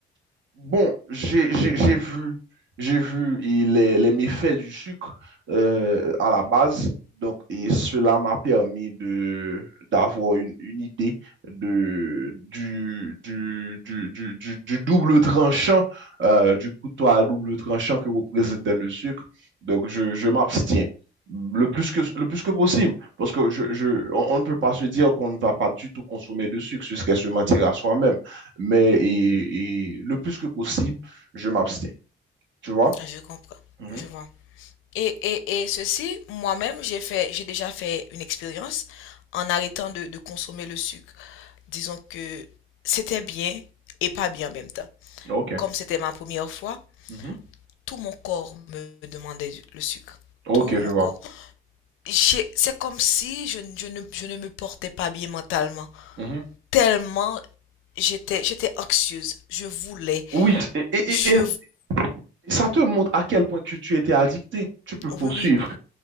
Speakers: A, on the right (about 70°); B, on the left (about 85°).
A: Bon, j'ai j'ai- j'ai vu, j'ai vu et les, les méfaits du sucre euh, à la base. Donc, et cela m'a permis de d'avoir une, une idée de, du, du, du, du, du- du double tranchant, euh, du couteau à double tranchant que représentait le sucre. Donc, je, je m'abstiens le plus que, le plus que possible, parce que je, je, on, on ne peut pas se dire qu'on ne va pas du tout consommer de sucre, ce serait se mentir à soi-même mais et, et le plus que possible, je m'abstiens. Tu vois?
B: Je comprends.
A: Mhm.
B: Je vois. Et, et, et ceci, moi-même, j'ai fait, j'ai déjà fait une expérience en arrêtant de, de consommer le sucre. Disons que c'était bien et pas bien en même temps.
A: Ok.
B: Comme c'était ma première fois,
A: Mhm.
B: tout mon corps me demandait le sucre.
A: Ok,
B: Tout mon
A: je vois.
B: corps. C'est comme si je, je ne, je ne me portais pas bien mentalement.
A: Mhm.
B: Tellement j'étais, j'étais anxieuse. Je voulais.
A: Oui, c- et, et-
B: Je,
A: et- et ça te montre à quel point que tu étais addicté. Tu peux poursuivre.
B: oui, oui.